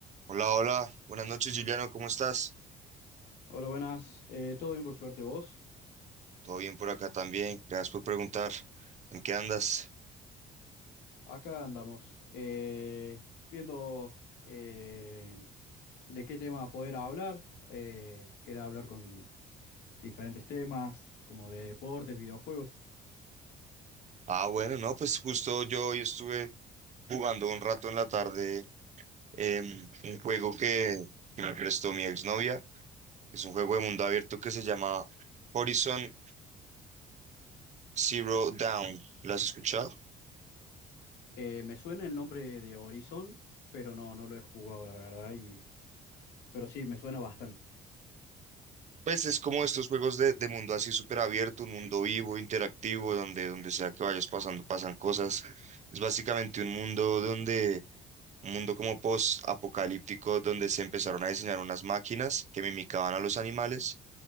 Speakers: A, on the right; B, on the left.
A: Hola, hola, buenas noches Juliano, ¿cómo estás?
B: Hola, buenas. Eh, ¿todo bien por suerte vos?
A: Todo bien por acá también, gracias por preguntar. ¿En qué andas?
B: Acá andamos eh, viendo eh, de qué tema poder hablar. Eh, quería hablar con diferentes temas, como de deportes, videojuegos.
A: Ah, bueno, no, pues justo yo hoy estuve jugando un rato en la tarde em, un juego que, que me prestó mi exnovia, es un juego de mundo abierto que se llama Horizon Zero Dawn. ¿Lo has escuchado?
B: Eh, me suena el nombre de Horizon, pero no, no lo he jugado, la verdad. Y, pero sí, me suena bastante.
A: Pues es como estos juegos de, de mundo así súper abierto, un mundo vivo, interactivo, donde, donde sea que vayas pasando, pasan cosas. Es básicamente un mundo donde Un mundo como post-apocalíptico donde se empezaron a diseñar unas máquinas que mimicaban a los animales,